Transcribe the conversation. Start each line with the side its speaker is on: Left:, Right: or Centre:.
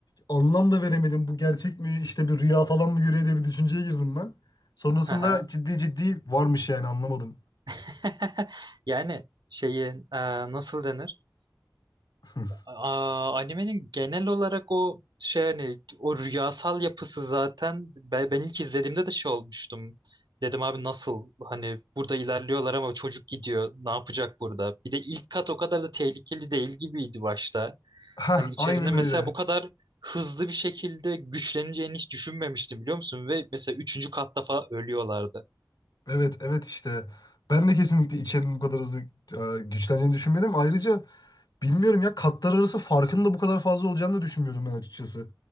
Left: anlam da veremedim. Bu gerçek mi işte bir rüya falan mı görüyor diye bir düşünceye girdim ben. Sonrasında
Right: Hı hı.
Left: ciddi ciddi varmış yani anlamadım.
Right: <laughs> Yani şeyi e, nasıl denir?
Left: <laughs>
Right: Aa, animenin genel olarak o şey hani o rüyasal yapısı zaten ben, ben ilk izlediğimde de şey olmuştum. Dedim abi nasıl hani burada ilerliyorlar ama çocuk gidiyor ne yapacak burada? Bir de ilk kat o kadar da tehlikeli değil gibiydi başta.
Left: Heh
Right: Hani içerinde
Left: aynen
Right: mesela
Left: öyle.
Right: bu kadar hızlı bir şekilde güçleneceğini hiç düşünmemiştim biliyor musun? Ve mesela üçüncü katta falan ölüyorlardı.
Left: Evet evet işte ben de kesinlikle içerinin bu kadar hızlı e, güçleneceğini düşünmedim. Ayrıca bilmiyorum ya katlar arası farkın da bu kadar fazla olacağını da düşünmüyordum ben açıkçası.